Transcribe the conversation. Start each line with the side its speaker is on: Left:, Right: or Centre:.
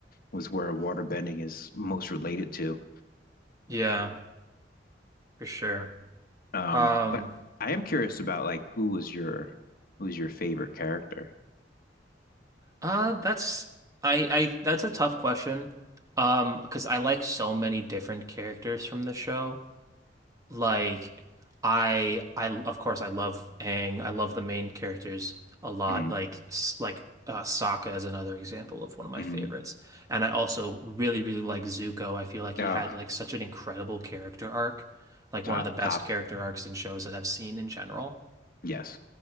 Left: was where water bending is most related to.
Right: Yeah, for sure.
Left: Um,
Right: Um,
Left: but I am curious about like who was your who was your favorite character?
Right: uh that's I I that's a tough question. Um, because I like so many different characters from the show. Like I I of course I love Aang. I love the main characters a lot.
Left: hmm
Right: Like s- like uh, Sokka is another example of one of my
Left: hmm
Right: favorites. And I also really really like Zuko. I feel like he
Left: Ah,
Right: had like such an incredible character arc. Like
Left: top,
Right: one of the best
Left: top,
Right: character arcs in shows that I've seen in general.
Left: yes.